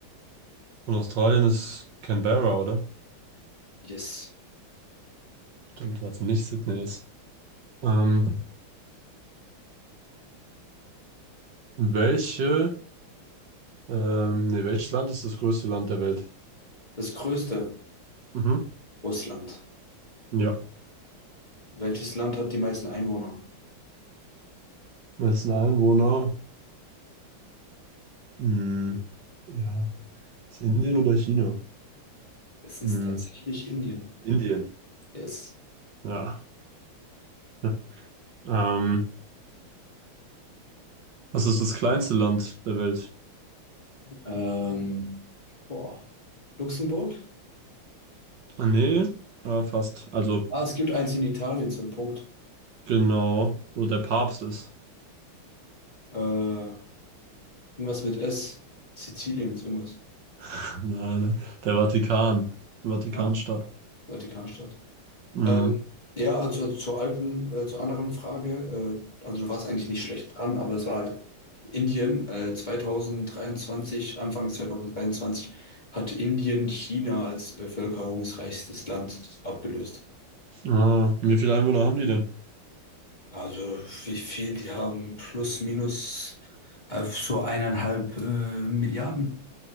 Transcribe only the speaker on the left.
Yes.
Das größte
Russland.
Welches Land hat die meisten Einwohner?
Es ist
tatsächlich Indien.
Yes.
Ähm, boah. Luxemburg?
Ah, es gibt eins in Italien, so ein Punkt.
Äh, irgendwas mit S. Sizilien, so irgendwas.
Ah, Vatikanstadt.
Ähm, ja, also zur alten, äh, zur anderen Frage, äh, also du warst eigentlich nicht schlecht dran, aber es war halt Indien, äh, 2023, Anfang 2023 hat Indien China als bevölkerungsreichstes Land abgelöst.
Also wie viel, die haben plus minus äh, so eineinhalb äh, Milliarden.